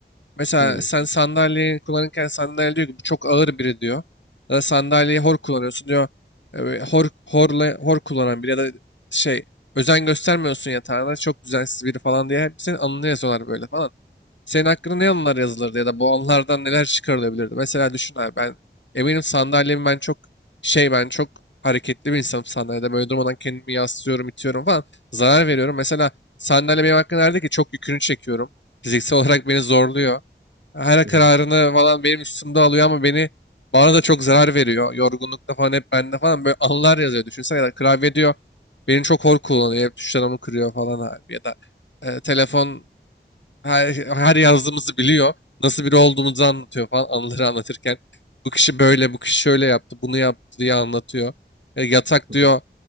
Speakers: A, on the left; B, on the right.
A: Mesela
B: Hı hı.
A: sen sandalyeyi kullanırken sandalye diyor ki bu çok ağır biri diyor. Ya da sandalyeyi hor kullanıyorsun diyor. e, hor, horla, hor kullanan biri ya da şey özen göstermiyorsun yatağına çok düzensiz biri falan diye hep senin anını yazıyorlar böyle falan. Senin hakkında ne anılar yazılırdı ya da bu anılardan neler çıkarılabilirdi? Mesela düşün abi ben eminim sandalyemi ben çok şey ben çok hareketli bir insanım sandalyede böyle durmadan kendimi yaslıyorum itiyorum falan zarar veriyorum. Mesela sandalye benim hakkında nerede ki çok yükünü çekiyorum. Fiziksel olarak beni zorluyor. Her
B: Hı
A: kararını falan benim üstümde alıyor ama beni bana da çok zarar veriyor. Yorgunlukta falan hep bende falan böyle anılar yazıyor. Düşünsene ya da klavye diyor. Beni çok hor kullanıyor. Hep tuşlarımı kırıyor falan abi. Ya da e, telefon her, her yazdığımızı biliyor. Nasıl biri olduğumuzu anlatıyor falan anıları anlatırken. Bu kişi böyle, bu kişi şöyle yaptı, bunu yaptı diye anlatıyor. E, yatak
B: hı.
A: diyor